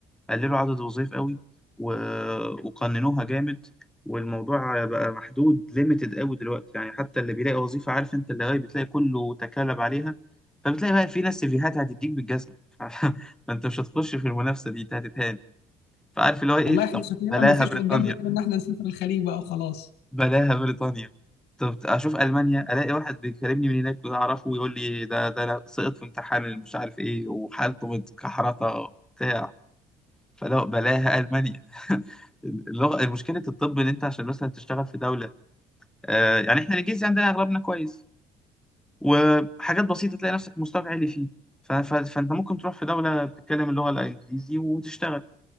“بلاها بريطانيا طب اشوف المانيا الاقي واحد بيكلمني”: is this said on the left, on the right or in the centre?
Centre